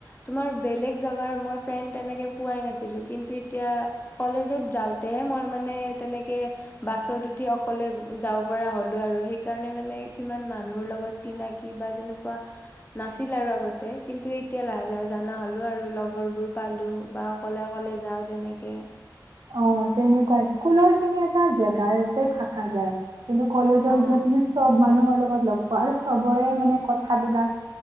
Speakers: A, on the left (about 25°); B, on the right (about 65°).
A: তোমাৰ বেলেগ জেগাৰ মই ফ্ৰেণ্ড তেনেকে পোৱাই নাছিলো, কিন্তু এতিয়া কলেজত যাওঁতেহে মই মানে তেনেকে বাছত উঠি অকলে যাব পৰা হ'লো, আৰু সেইকাৰণে মানে সিমান মানুহৰ লগত চিনাকি বা তেনেকুৱা নাছিল, আৰু আগতে কিন্তু এতিয়া লাহে, লাহে জানা হলো ।আৰু লগৰবোৰ পালো বা অকলে অকলে যাওঁ তেনেকে
B: অ তেনেকুৱা, স্কুলৰ খিনি এটা জেগা গায়তে থাকা যায়। কিন্তু, কলেজৰ
A: অ
B: এতিয়া তুমি চব মানুহৰ লগত লগ পোৱা হ'ল, আৰু চবৰে মানে কথাবিলাক